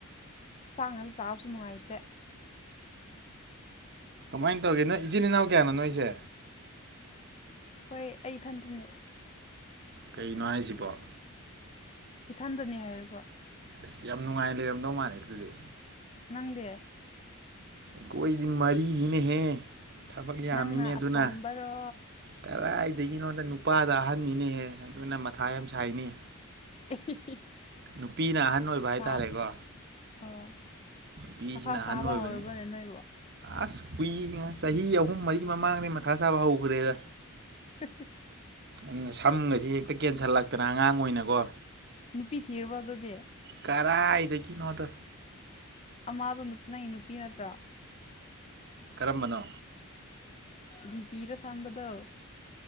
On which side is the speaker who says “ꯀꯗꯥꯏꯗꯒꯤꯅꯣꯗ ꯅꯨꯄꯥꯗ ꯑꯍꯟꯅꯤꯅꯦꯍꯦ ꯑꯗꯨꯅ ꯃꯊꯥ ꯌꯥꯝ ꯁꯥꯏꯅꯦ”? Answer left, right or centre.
Right